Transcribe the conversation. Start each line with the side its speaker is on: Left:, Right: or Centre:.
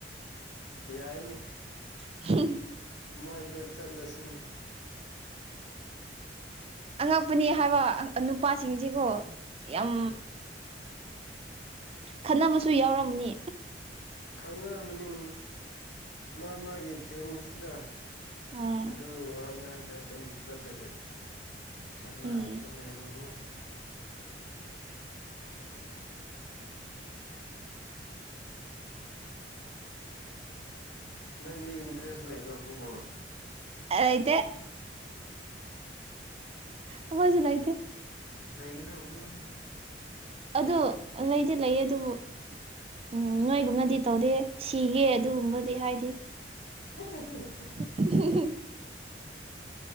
Left: ꯌꯥꯏꯅꯦ
Right: ꯍꯝ
Left: ꯃꯣꯏꯗ ꯆꯠꯂꯁꯤꯅꯦ
Right: ꯑꯉꯛꯄꯅꯤ ꯍꯥꯏꯕ ꯅꯨꯄꯥꯁꯤꯡꯁꯤꯀꯣ ꯌꯥꯝ
Left: ꯎꯝ
Right: ꯈꯟꯅꯕꯁꯨ ꯌꯥꯎꯔꯝꯃꯅꯤ
Left: ꯈꯪꯅꯔꯃꯅꯤ ꯃꯥ ꯃꯥꯒꯤ ꯐꯦꯟꯁꯗ
Right: ꯑꯥ
Left: ꯑꯗꯨ ꯋꯥꯉꯥꯡꯗ ꯑꯗꯨꯝ ꯆꯠꯂꯒ ꯈꯟꯅꯥ
Right: ꯎꯝ
Left: ꯑꯃꯁꯨ ꯂꯩꯕꯅꯤ ꯅꯪꯗꯤ ꯏꯟꯇꯔꯦꯁ ꯂꯩꯇ꯭ꯔꯣ ꯐꯨꯠꯕꯣꯜ
Right: ꯑꯥꯏ ꯂꯩꯇꯦ ꯑꯈꯣꯢꯁꯨ ꯂꯩꯇꯦ
Left: ꯂꯩꯒꯗꯧꯕꯅꯤ
Right: ꯑꯗꯨ ꯂꯩꯗꯤ ꯂꯩꯌꯦ ꯑꯗꯨꯕꯨ ꯎꯝ ꯅꯣꯏꯒꯨꯝꯅꯗꯤ ꯇꯧꯗꯦ ꯁꯤꯒꯦ
Left: ꯎꯝ
Right: ꯑꯗꯨꯒꯨꯝꯕꯗꯤ ꯍꯥꯏꯗꯤ
Left: <unintelligible>
Right: <unintelligible>